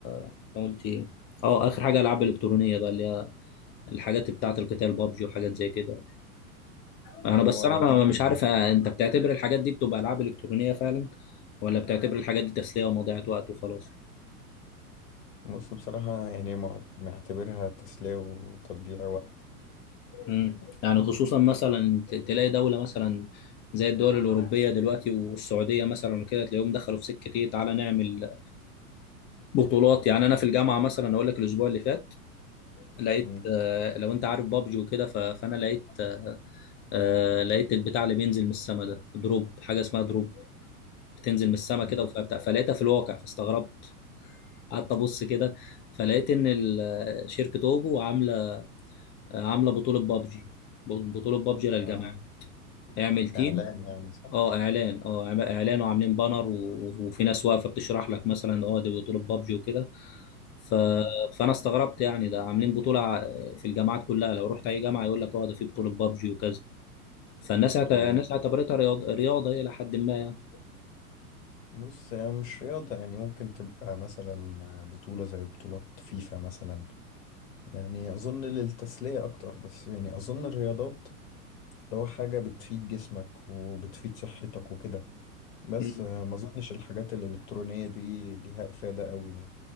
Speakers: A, on the left; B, on the left.
A: أنت قلت ايه اه اخر حاجه العاب الكترونيه بقى اللي الحاجات بتاعة القتال بابجي وحاجات زي كده انا
B: اللي هو
A: بس انا
B: جيم
A: ما- مش عارف آه، انت بتعتبر الحاجات دي بتبقى العاب الكترونية فعلا ولا بتعتبر الحاجات دي تسلية ومضيعة وقت وخلاص
B: بص بصراحة يعني مع- معتبرها تسلية وتضييع وقت
A: امم يعني خصوصا مثلا ت- تلاقي دولة مثلا زي الدول الأوروبية دلوقتي والسعودية مثلا وكده تلاقيهم دخلوا في سكة إيه تعالى نعمل بطولات يعني أنا في الجامعة مثلا أقول لك الأسبوع اللي فات لقيت
B: مم.
A: آه، لو أنت عارف بابجي وكده ف- فأنا لقيت آه، لقيت البتاع اللي بينزل من السما ده دروب حاجة اسمها دروب بتنزل من السما
B: لا
A: كده وفبتاع- فلقيتها في الواقع فاستغربت قعدت ابص كده فلقيت ان ال- شركه اوبو عامله عامله بطوله بابجي بطوله بابجي للجماعه
B: آه
A: اعمل تيم
B: إعلان يعني صح؟
A: اه اعلان اه إعم- اعلان وعاملين بانر و... و- وفي ناس واقفه بتشرح لك مثلا اه دي بطوله بابجي وكده ف...
B: مم.
A: فانا استغربت يعني ده عاملين بطوله ع- في الجامعات كلها لو رحت اي جامعه يقول لك اه ده في بطوله بابجي وكذا فالناس اعت...
B: و-
A: الناس اعتبرتها رياض... رياضه الى حد ما يعني
B: بص هي مش رياضة يعني ممكن تبقى مثلا بطولة زي بطولات فيفا مثلا يعني أظن للتسلية أكتر بس يعني أظن الرياضات اللي هو حاجة بتفيد جسمك وبتفيد صحتك وكده بس
A: مم.
B: آه، ما أظنش الحاجات الإلكترونية دي ليها إفادة أوي يعني